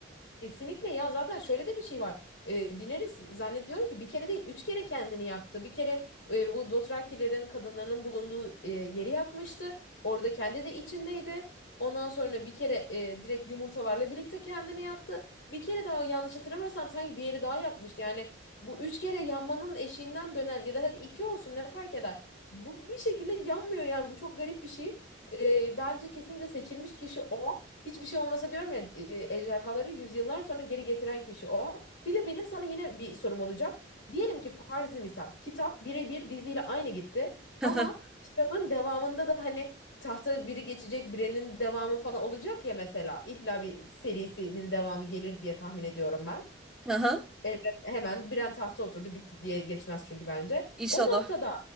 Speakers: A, on the left (about 85°); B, in the centre.
A: Kesinlikle ya zaten şöyle de bir şey var. E, Daenerys zannediyorum ki bir kere değil üç kere kendini yaktı. Bir kere e, bu Dothrakilerin kadınlarının bulunduğu e, yeri yakmıştı. Orada kendi de içindeydi. Ondan sonra bir kere e, direkt yumurtalarla birlikte kendini yaktı. Bir kere daha yanlış hatırlamıyorsam sanki bir yeri daha yakmıştı. Yani bu üç kere yanmanın eşiğinden dönen ya da hadi iki olsun ne fark eder. Bu bir şekilde yanmıyor yani bu çok garip bir şey. E, bence kesinlikle seçilmiş kişi o. Hiçbir şey olmasa diyorum ya e, ejderhaları yüzyıllar sonra geri getiren kişi o. Bir de benim sana yine bir sorum olacak. Diyelim ki farzi misal kitap birebir diziyle aynı gitti
B: <laughs>
A: ama kitabın devamında da hani tahta biri geçecek birinin devamı falan olacak ya mesela. İlla bir serisinin devamı gelir diye tahmin ediyorum ben.
B: Aha,
A: Evren hemen Bren tahta oturdu bitti diye geçmez çünkü bence.
B: inşallah.
A: O noktada